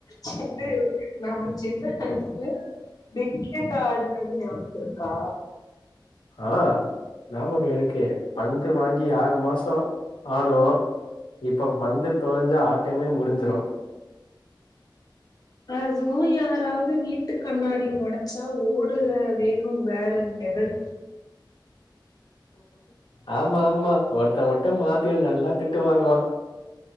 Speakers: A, on the left; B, on the left.
A: சின்ன நம்ம சின்ன வயசுல பிக்கெட் ஆடுனது நியாபகோ இருக்கா
B: ஆ நாபகோ இருக்கே பந்து வாங்கி ஆறு மாசோ ஆடுவோ இப்போ பந்து தொலைஞ்சு ஆட்டமே முடிஞ்சிரு
A: அதுவு யாராவ்து வீட்டு கண்ணாடி ஒடச்சா ஓடுற வேகொ வேற லெவல்.
B: ஆமா ஆமா ஒருத்த மட்டு மாட்டின்னு நல்லா திட்டு வாங்குவா